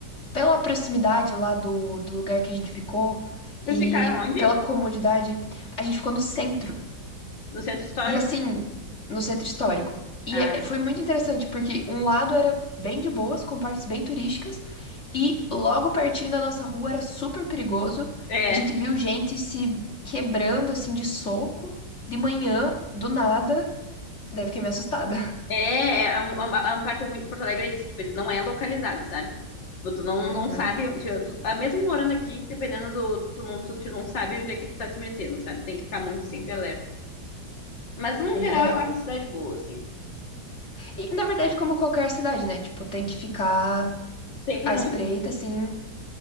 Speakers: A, on the left; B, on the left.
A: pela proximidade lá do, do lugar que a gente ficou e
B: Vocês ficaram onde?
A: pela comodidade, a gente ficou no centro.
B: No centro histórico?
A: E assim, no centro histórico. E
B: Ah,
A: é- foi muito interessante, porque um lado era bem de boas, com partes bem turísticas, e logo pertinho da nossa rua era super perigoso.
B: é.
A: A gente viu gente se quebrando assim de soco de manhã, do nada. Daí eu fiquei meio assustada.
B: É, é, é uma, uma parte ruim de Porto Alegre é isso. Tipo, ele não é localizado, sabe? Tipo, tu não,
A: Uhum.
B: não sabe onde. Tu, ah, mesmo morando aqui, dependendo do. Tu não, tu, tu não sabe onde é que tu tá te metendo, sabe? Tem que ficar muito sempre alerta. Mas, no geral,
A: É.
B: eu acho a cidade boa, assim.
A: E, na verdade, como qualquer cidade, né? Tipo, tem que ficar
B: Sempre,
A: à
B: num,
A: espreita, assim,